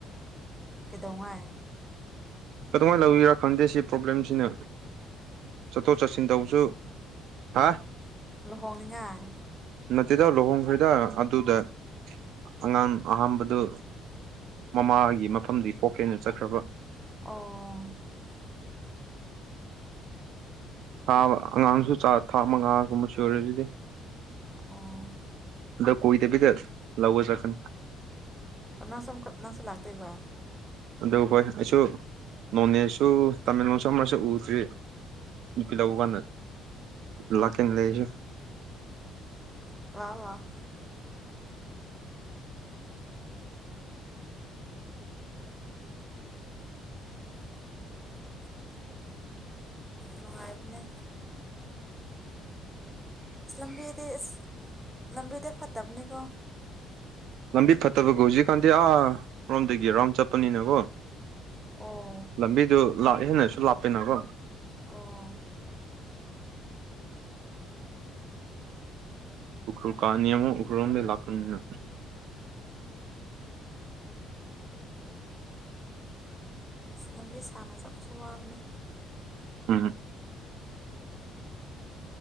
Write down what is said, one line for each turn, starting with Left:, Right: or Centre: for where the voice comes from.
Centre: ꯇꯉꯥꯏ
Right: ꯀꯃꯍꯥꯏꯅ ꯂꯧꯋꯔꯥ ꯈꯪꯗꯦ ꯁꯤ ꯄ꯭ꯔꯣꯕ꯭ꯂꯦꯝꯁꯤꯅ ꯆꯠꯊꯣꯛ ꯆꯠꯁꯤꯟ ꯇꯧꯕꯁꯨ ꯍꯥ
Centre: ꯂꯍꯣꯡꯉꯥꯏ
Right: ꯅꯠꯇꯦꯗꯥꯎ ꯂꯨꯍꯣꯡꯈ꯭ꯔꯦꯗ ꯑꯗꯨꯗ ꯑꯉꯥꯡ ꯑꯍꯝꯕꯗꯨ ꯃꯃꯥꯒꯤ ꯃꯐꯝꯗꯤ ꯄꯣꯛꯀꯦꯅ ꯆꯠꯈ꯭ꯔꯕ
Centre: ꯑꯣ
Right: ꯊꯥ ꯑꯉꯥꯡꯁꯨ ꯊꯥ ꯃꯉꯥꯒꯨꯝꯕ ꯁꯣꯏꯔ ꯑꯗꯨꯗꯤ
Centre: ꯑꯣ
Right: ꯈ ꯀꯣꯏꯗꯕꯤꯗ ꯂꯎꯁꯪ
Centre: ꯁꯅꯁꯨ ꯂꯥꯛꯇꯕ
Right: ꯑꯗꯨ ꯍꯣꯏ ꯑꯩꯁꯨ ꯅꯣꯅꯦꯁꯨ ꯇꯥꯃꯤꯜꯂꯣꯁꯨ ꯑꯃꯔꯁꯨ ꯎꯗ꯭ꯔꯤ ꯅꯨꯄꯤ ꯂꯎ
Centre: ꯑꯣ
Right: ꯋꯥꯥꯟ ꯂꯥꯛꯀꯤ ꯏ ꯂꯩꯁ
Centre: <unintelligible> ꯅꯨꯡꯉꯥꯏꯕꯅꯦ ꯂ ꯂꯝꯕꯤꯗꯤ ꯂꯝꯕꯤꯗ ꯐꯠꯇꯕꯅꯤ <unintelligible>
Right: ꯂꯝꯕꯤ ꯐꯠꯇꯕꯒ ꯍꯧꯖꯤꯛꯀꯥꯟꯗꯤ ꯑꯥ ꯔꯣꯝꯗꯒꯤ ꯔꯔꯥꯎꯟ ꯆꯠꯄꯅꯤꯅꯀꯣ
Centre: ꯑꯣ
Right: ꯂꯝꯕꯤꯗꯨ ꯂꯥꯛꯑꯦ ꯍꯦꯟꯅꯁꯨ ꯂꯥꯛꯄꯦꯅꯀꯣ
Centre: ꯑꯣ
Right: ꯎꯈ꯭ꯔꯨꯜ ꯀꯥꯅꯤꯃ ꯎꯈ꯭ꯔꯨꯜꯝꯗ ꯂꯥꯛꯀꯅ
Centre: ꯑꯁ ꯂꯝꯕꯤ ꯁꯥꯅ ꯆꯞꯁꯨ ꯋꯥꯕꯅꯦ
Right: ꯍꯝ